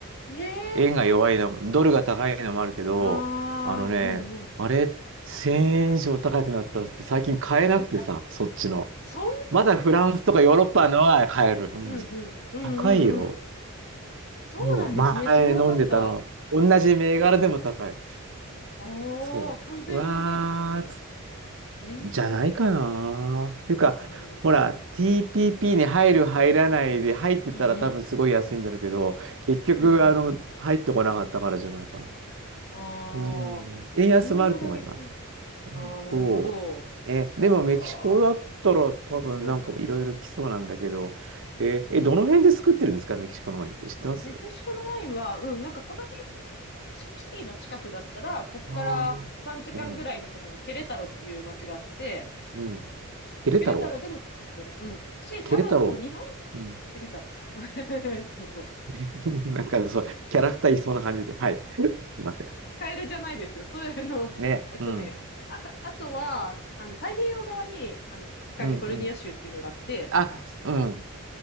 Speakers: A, on the left (about 50°); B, on the right (about 60°).
A: う。ねえ。
B: 円が弱いの、ドルが高いのもあるけど、
A: ああ、
B: あのね、
A: うんうん。
B: あれ、1000円以上高くなったっつって最近買えなくてさ、
A: え
B: そっちの。
A: そん
B: まだフランスとかヨーロッパのが買える。うん。
A: な、うんうん。うんうんうん。
B: 高いよ。
A: そうなんですね。
B: もう前飲んでたの。
A: 知らなかった。あ
B: 同じ銘柄でも高い。
A: あ、
B: そう。
A: 関税の問題ですかね。
B: うわーつ、
A: 円安だけ
B: じゃないかな。っていうか、
A: うんうん。
B: ほら、TPP に入る入らないで入ってたら多分すごい安いんだろうけど、
A: うんうん。
B: 結局、
A: うんうん。
B: あの、入ってこなかったからじゃないかな。
A: ああ、
B: うん。
A: そんな打撃。
B: 円安もあると思います。うん、
A: ああ、なるほど。
B: そう。え、
A: そっか。
B: でもメキシコだったら多分なんかいろいろ来そうなんだけど、
A: うん。
B: え、
A: うん。
B: え、どの辺で作ってるんですかメキシコのワインって知ってます
A: メキシコのワインは、うん、なんかこの辺、メキシコシティの近くだったら、こっから3時間ぐらいのとこにケレタロっていう街があって、
B: ああー、うん、うん。ケレタロウ
A: ケレタロでも作ってる。うん。し、多分、
B: ケレタロ
A: 日本、
B: ウうん。
A: ケレタロ。<laughs> そうそう。
B: <laughs> なんかそう、キャラクターいそうな感じで。はい。<laughs> すいませ
A: カエルじゃないですよ。そういうの。
B: ん。ね。
A: えっとね、
B: うん。
A: あと、あとは、あの、太平洋側に、あの、カリフォルニア州っていうのがあって、
B: うん、うん。あ、うん。